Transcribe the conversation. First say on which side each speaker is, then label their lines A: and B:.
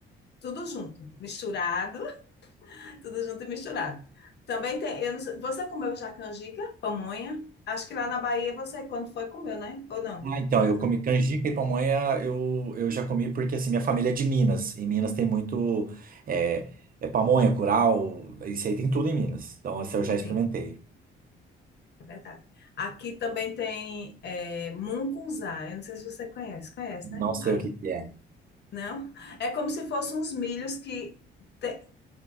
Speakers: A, on the left; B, on the right.
A: Tudo junto, misturado, <laughs> tudo junto e misturado. Também tem, eu não sei- você comeu já canjica, pamonha? Acho que lá na Bahia você, quando foi, comeu, né? Ou não?
B: Ah, então,
A: Mas
B: eu comi canjica e pamonha, eu, eu já comi porque, assim, minha família é de Minas. Em Minas tem muito é, é pamonha, curau, isso aí tem tudo em Minas. Então, essa eu já experimentei.
A: sim, é verdade. Aqui também tem é, mungunzá, eu não sei se você conhece, conhece,
B: Não
A: né?
B: sei
A: Aí.
B: o que que é.
A: Não? É como se fossem uns milhos que te-